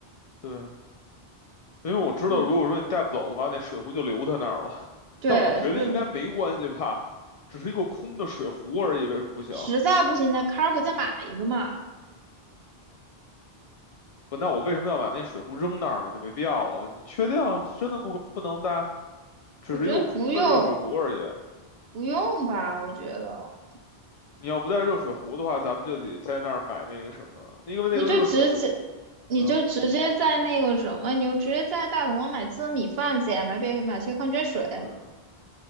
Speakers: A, on the left; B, on the right.
A: 对，因为我知道，
B: 嗯，
A: 如果说你带不走的话，那水壶就留他那儿了。
B: 对，
A: 但我觉得应该没关系吧，
B: 所以。
A: 只是一个空的水壶而已，为什么不行？
B: 实在不行在 Cargo 再买一个嘛。
A: 不，那我为什么要把那水壶扔那儿嘛？就没必要了。你确定啊真的不不能带？只是一个空的热水壶而已。
B: 我觉得不用，不用吧。我觉得
A: 你要不带热水壶的话，咱们就得在那儿买那个什么，因为那个热水壶，
B: 你就直接，你就直接在那个什么，
A: 嗯，
B: 你就直接在大董买自热米饭去，买杯买些矿泉水。
A: 对，